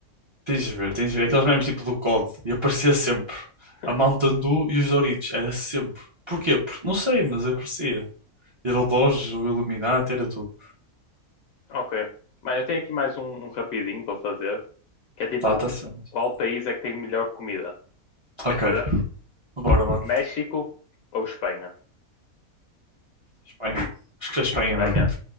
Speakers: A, on the right (about 40°); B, on the left (about 75°).
A: Tens de ver, tens de ver. Aqueles memes tipo do COD, e aparecia sempre
B: <laughs>
A: a Mountain Dew e os Doritos, era sempre. Porquê? Porque não sei, mas aparecia. Era o Doge, o Illuminati, era tudo.
B: Ok. Mas eu tenho aqui mais um, um rapidinho para fazer. Que é tipo,
A: Tá, tá certo.
B: qual país é que tem melhor comida? Queres
A: Ok,
B: fazer?
A: bora, bora.
B: México ou Espanha?
A: Espanha. Acho que é Espanha,
B: Espanha?
A: mano.